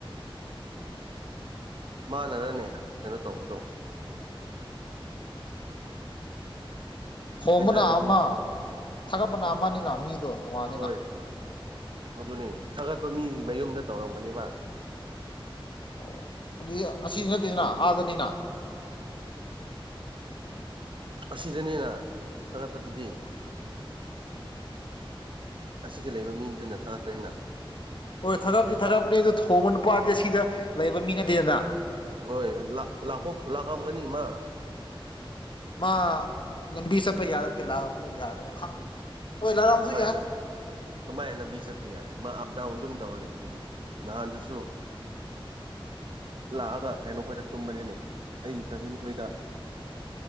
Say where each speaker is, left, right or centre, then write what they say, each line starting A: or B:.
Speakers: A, on the right; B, on the left.
A: ꯃꯅꯔꯅꯦ ꯀꯩꯅꯣ ꯇꯧꯕꯗꯣ
B: ꯍꯣꯡꯕꯅ
A: ꯑꯩ ꯍꯥꯏꯕꯗꯤ
B: ꯑꯃ ꯊꯥꯒꯠꯄꯅ ꯑꯃꯅꯤꯅ ꯃꯤꯗꯣ ꯇꯣꯉꯥꯟꯅꯤꯅ
A: ꯍꯣꯏ ꯑꯗꯨꯅꯤ ꯊꯥꯒꯠꯄ ꯃꯤꯗꯤ ꯃꯌꯨꯝꯗ ꯇꯧꯔꯝꯒꯅꯦꯕ
B: ꯑꯣ ꯑꯗꯨꯗꯤ ꯑꯁꯤꯗꯤ ꯅꯠꯇꯦꯅ ꯑꯥꯗꯅꯤꯅ
A: ꯑꯁꯤꯗꯅꯦꯅ ꯊꯥꯔꯛꯄꯗꯨꯗꯤ ꯑꯁꯤꯗ ꯂꯩꯕ ꯃꯤꯗꯨꯅ ꯊꯥꯒꯠꯄꯅꯤꯅ
B: ꯍꯣꯏ ꯊꯥꯒꯠꯄꯗꯤ ꯊꯥꯒꯠꯄꯅꯤ ꯑꯗꯨ ꯊꯣꯡꯕ ꯅꯨꯄꯥꯗꯤ ꯁꯤꯗ ꯂꯩꯕ ꯃꯤ ꯅꯠꯇꯦꯗ
A: ꯍꯣꯏ ꯂ ꯂꯥꯛ ꯂꯥꯛꯝꯒꯅꯤ ꯃꯥ
B: ꯃꯥ ꯂꯝꯕꯤ ꯆꯠꯄ ꯌꯥꯗ꯭ꯔ ꯂꯥꯛꯑꯝꯕ ꯌꯥꯗ꯭ꯔ ꯈꯪꯗꯦ ꯍꯣꯏ ꯂꯥꯛꯑꯝꯁꯨ
A: ꯀꯃꯥꯏꯅ
B: ꯌꯥꯏ
A: ꯀꯃꯥꯏꯅ ꯆꯠꯄ ꯌꯥꯗꯦ ꯃꯥ ꯑꯞ ꯗꯥꯎꯟ ꯑꯗꯨꯝ ꯇꯧꯔ ꯂꯩ ꯑꯗꯨꯗꯤ ꯅꯍꯥꯟꯗꯨꯁꯨ ꯂꯥꯛꯑꯒ ꯀꯩꯅꯣ ꯑꯩꯈꯣꯏꯗ ꯇꯨꯝꯕꯅꯤꯅꯦ ꯑꯩꯒꯤ ꯀꯖꯤꯟ ꯈꯣꯏꯗ